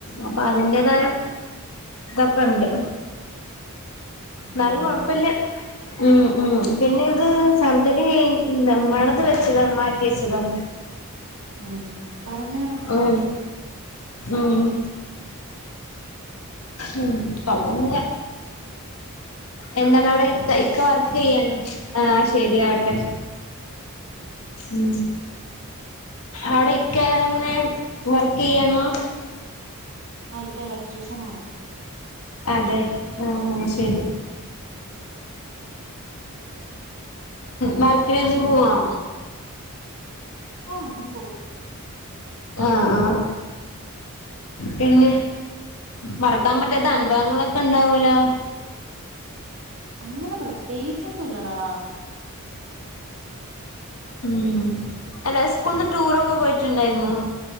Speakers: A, on the left; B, on the right.
A: അപ്പൊ അതിന്റതായ കുഴപ്പം ഉണ്ട് എന്നാലും
B: ഓ
A: കുഴപ്പല്ല
B: അങ്ങനെ
A: ഉം ഉം പിന്നെ ഇത് സർജറി ഉണ്ട് മജ്ജ വെച്ചത മാറ്റി വെച്ചതാണ്
B: ഉം പറഞ്ഞാരുന്നു
A: ഉം ഉം ഉ കുഴപ്പല്ല എന്താണ് അവിടെ ഇ
B: എല്ലാം ശരിയാവും
A: ഇക്ക വർക്ക് വർക്ക്‌ ചെയ്യണോ ആ ശരിയാവട്ടെ ഉ അവിടെ ഇക്ക എങ്ങനെ വർക്ക് ചെയ്യണോ
B: ആ ഇക്ക ഇലക്ട്രീഷൻ ആണ്
A: അതെ ആ ശരി വർക്കിന് എന്നും പോവാ
B: ആ എന്നും പോവും
A: ആ ആ പിന്നെ മറക്കാൻ പറ്റാത്ത അനുഭവങ്ങളൊക്കെ ഉണ്ടാവൂലോ
B: അങ്ങനെ പ്രത്യേകിച്ചൊന്നുംല്ലടാ
A: ഉ അല്ല സ്കൂള്ന്ന് ടൂറൊക്കെ പോയിട്ടുണ്ടായിരുന്നോ